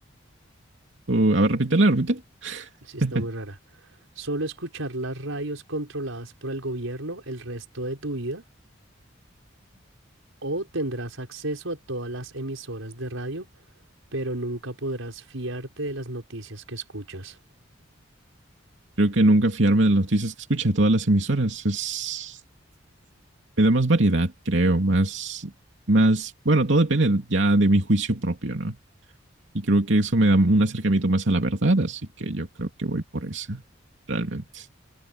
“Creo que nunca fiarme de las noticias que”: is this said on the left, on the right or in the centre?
Right